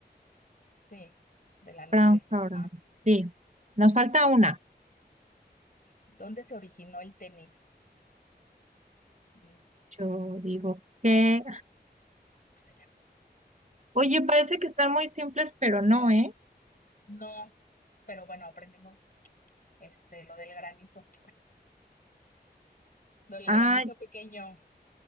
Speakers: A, on the left; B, on the right.
A: sí, de la noche.
B: Franja horaria.
A: Ah.
B: Sí, nos falta una.
A: ¿Dónde se originó el tenis? Mm,
B: Yo digo que,
A: Pues en
B: oye,
A: Europa.
B: parece que están muy simples, pero no, ¿eh?
A: No, pero bueno, aprendimos este, lo del granizo, lo del
B: Ah,
A: granizo pequeño,